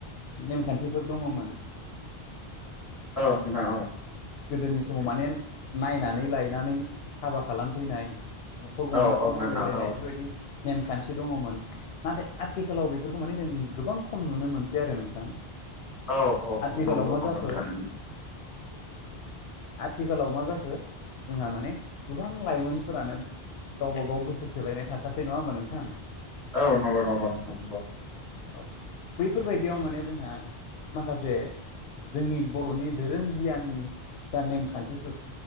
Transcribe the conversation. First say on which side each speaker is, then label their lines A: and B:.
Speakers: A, on the left; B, on the left.
A: नेमखान्थिफोर दङमोन।
B: औ नोंथां औ।
A: गोदोनि समाव माने नायनानै लायनानै हाबा खालामफैनाय न'खर गंनैखौ
B: औ औ नोंथां
A: नायलायलायनाय
B: औ
A: बेफोरबायदि नेमखान्थि दङमोन नाथाय आथिखालाव बेफोरखौ माने जों गोबां खम नुनो मोनसै आरो नोंथां।
B: औ-औ-औ
A: आथिखालाव
B: नंगौ-नंगौ
A: मा जाखो
B: नोंथां
A: आथिखालाव मा जाखो जोंहा माने गोबां लाइमोनफोरानो गावबा गाव गोसो थोलायनाय थाखासै नङा होमबा नोंथां।
B: औ नंगौ-नंगौ नोंथां नंगौ।
A: औ बैफोरबायदियाव माने जोंहा माखासे जोंनि बर'नि धोरों गियाननि जा नेमखान्थिफोर